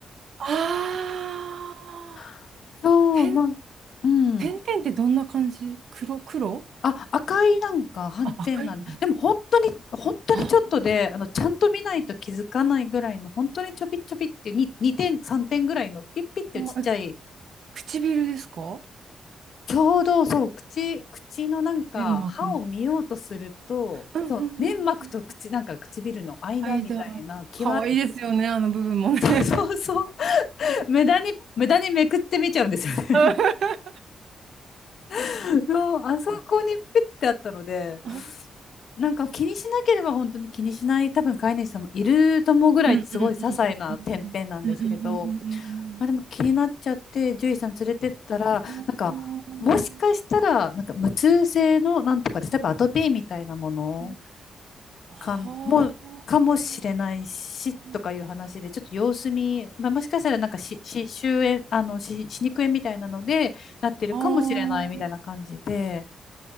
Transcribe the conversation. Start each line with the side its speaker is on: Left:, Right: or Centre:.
Right: ああー、
Left: <laughs> そう、
Right: 点、
Left: なん、うん。
Right: 点々ってどんな感じ黒、黒
Left: あ、赤いなんか斑点なんで、
Right: あ、赤いんだ。
Left: でも本当に、本当にちょっとで、
Right: あ、
Left: あの、ちゃんと見ないと気づかないぐらいの、本当にちょびちょびっていう、2、点、3点ぐらいの、ピッピッっていうちっちゃい、
Right: あーえ唇ですか
Left: ちょうどそう、口、口のなんか、
Right: 粘膜の
Left: 歯を見ようとすると、
Right: うんうんうんうん。
Left: そう、粘膜と口、なんか唇の間みたいな、
Right: 間。
Left: 際、
Right: かわいいですよね、あの部分もね。
Left: そうそうそう、無駄に、無駄にめくってみちゃうんですよね。
Right: <laughs> あ
Left: <laughs> の、あそこにピッてあったので、
Right: ー
Left: なんか気にしなければ本当に気にしない多分飼い主さんもいると思うぐらいすごい些細な点々なんですけど、
Right: うんうんうんうんうんうんうんうんうん
Left: まあ、でも気になっちゃって獣医さん連れてったらなんかもしかしたらなんか無痛性のなんとかで例えばアトピーみたいなもの
Right: うんうん。は
Left: かんもうかもしれないしとかいう話でちょっと様子見、
Right: あ。うん。
Left: まあ、もしかしたらなんかしし歯周炎あの歯歯肉炎みたいなのでなってるかもしれないみたいな感じで。
Right: ああ。